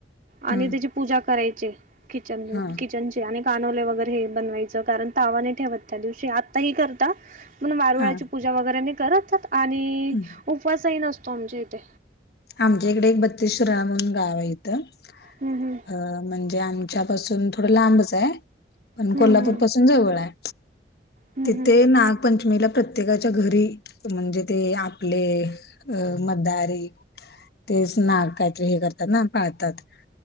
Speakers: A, on the left; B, on the right.
A: हम्म
B: आणि त्याची पुजा करायची किचन
A: हा
B: किचनची आणि कानव्हले वगैरे हे बनवायच कारण तावा‌ नाही ठेवत त्या दिवशी आता ह करता, म्हणून वारुळ्याची
A: हा
B: पूजा वगैरे नाही करत आणि
A: हम्म.
B: उपवासही नसतो आमच्या इथे.
A: आमच्या इकडे एक बत्तीस शिराळा म्हणुन गाव आहे इथं.
B: हम् हम्
A: अ म्हणजे आमच्या पासून थोडं लांबच आहे पण
B: हम्म
A: कोल्हापूर
B: हम्म
A: पासून जवळ आहे.
B: हम्म
A: तिथे
B: हम्म
A: नागपंचमीला प्रत्येक, प्रत्येकाच्या घरी म्हणजे ते आपले मदारी तेच नाग काहीतरी हे करतात ना पाळतात.